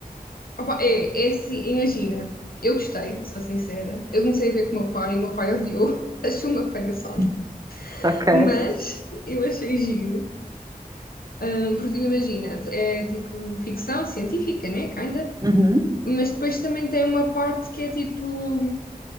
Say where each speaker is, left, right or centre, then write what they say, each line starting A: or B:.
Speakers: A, on the left (about 80°); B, on the right (about 25°).
A: Opa, é, é assim, imagina. Eu gostei, sou sincera. Eu comecei a ver com o meu pai, e o meu pai odiou. <laughs> Achou uma palhaçada.
B: <laughs> Ok.
A: Mas eu achei giro. Ahm, porque tipo, imagina, é tipo ficção científica, né? Kinda.
B: Uhum.
A: Mas depois também tem uma parte que é tipo.